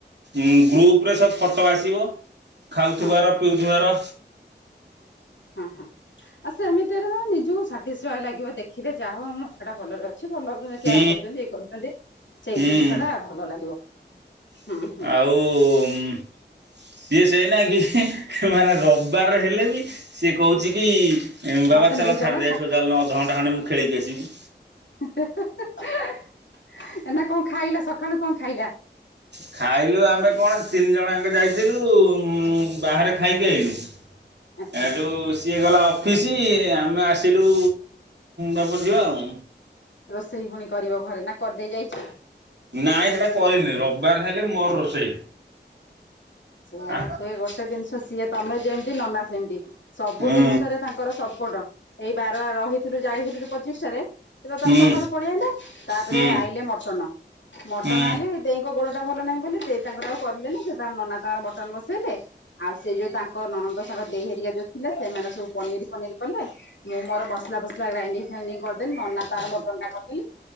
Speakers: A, on the right (about 70°); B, on the left (about 85°).
A: ଉଁ ଗ୍ରୁପ ରେ ସବୁ ଫଟୋ ଆସିବ ଖାଉଥିବାର
B: ହଁ
A: ପିଉଥିବାର
B: ହଁ ହଁ ଆଉ ସେମିତିରେ ନିଜକୁ ସାଟିସିଫାଏ ଲାଗିବ ଦେଖିଲେ ଯାହା ହଉ ଆମ ଛୁଆ ଟା ଭଲ ରେ ଅଛି। କିଛି ଭଲ
A: ହୁଁ
B: କେୟାର ନଉଚନ୍ତି ଇଏ କରୁଚନ୍ତି ସେଇ
A: ହୁଁ
B: ଜିନିଷ ଟା ଭଲ ଲାଗିବ। ହୁଁ
A: ଆଉ
B: ହୁଁ
A: ସିଏ ସେ ନା କି ମାନେ ରବିବାରେ ହେଲେ ବି ସିଏ କହୁଛି କି ଏଁ ବାବା
B: ମତେ
A: ଚାଲ
B: ନେଇଚାଲ
A: ଛାଡ଼ିଦେଇ ଆସିବ ଚାଲୁଣ ମୁଁ ଅଧ ଘଣ୍ଟାଏ ମୁଁ ଖେଳିକି ଆସିବି।
B: ହେଁ ହେଁ ନା କଣ ଖାଇଲା ସକାଳୁ କଣ ଖାଇଲା?
A: ଖାଇଲୁ ଆମେ କଣ ତିନି ଜଣ ଯାଙ୍କ ଯାଇଥିଲୁ ବାହାରେ ଖାଇକି ଆଇଲୁ।
B: ଆଚ୍ଛା
A: ହେଠୁ। ସିଏ ଗଲା ଅଫିସ୍ ଆମେ ଆସିଲୁ ବାପ ଝିଅ ଆଉ।
B: ରୋଷେଇ ପୁଣି କରିବ ଘରେ ନା କରିଦେଇ ଯାଇଚ?
A: ନାଇଁ ସେଟା କରିନି ରବିବାର ହେଲେ ମୋର ରୋଷେଇ।
B: ସେଇଆ
A: ଆ,
B: କୁହେ ଗୋଟେ ଜିନିଷ ସିଏ ତମେ ଯେମିତି ନନା ସେମିତି। ସବୁ
A: ହୁଁ
B: ଜିନିଷରେ ତାଙ୍କର ସପୋର୍ଟ ଏଇ ବାର ରହିଥିଲୁ ଯାଇଥିଲୁ ପଚିଶ ରେ ସେତ
A: ହୁଁ
B: ତାର ସକାଳୁ ପଳେଇଆଇଲା ତାପରେ
A: ହୁଁ ହୁଁ
B: ଆଇଲେ ମଟନ୍ ମଟନ୍
A: ହୁଁ
B: ଆଇଲେ ଦେଇଙ୍କ ଗୋଡଟା ଭଲ ନାହିଁ ବୋଲି ଦେ ତାଙ୍କର ଆଉ କରିଲେ ନାହିଁ ସେ ତା ନନା ତାଙ୍କର ମଟନ ବସେଇଲେ ଆଉ ସେ ଯୋଉ ତାଙ୍କ ନନ୍ଦଙ୍କ ସାଙ୍ଗ ଦେଇହେରି ଯୋଉଥିଲା ସେମାନେ ସବୁ ପନିର୍ ଫନିର୍ କଲେ ମୁଁ ମୋର ମସଲା ଫସଲା ଗ୍ରାଇଣ୍ଡି ଫାଇଣ୍ଡି କରିଦେଲି ନନା ତାଙ୍କର ମଟନ୍ ଟା କରିଦେଲେ।